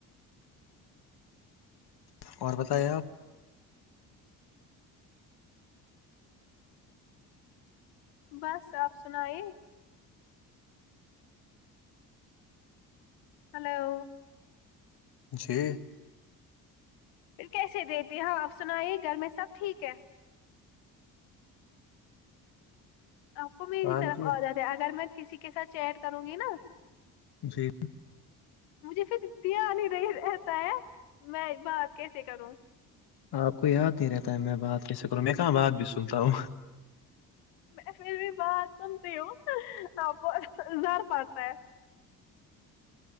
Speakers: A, on the left (about 55°); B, on the left (about 80°).
A: اور بتایے آپ
B: بس آپ سنائے ہلو
A: جی
B: پھر کیسے دیتی ہاں آپ سنائیے گھر میں سب ٹھیک ہے آپ کو میری
A: ہاں
B: طرف
A: جی
B: عادت ہے اگر میں کسی کے ساتھ چیٹ کروں گی نا
A: جی
B: مجھے پھر دھیان ہی نہیں رہتا ہے میں بات کیسے کروں
A: آپ کو یاد نہیں رہتا ہے میں بات کیسے کروں میں کہاں بات بھی سنتا ہوں
B: میں پھر بھی بات سنتی ہوں آپ کو زر پڑتا ہے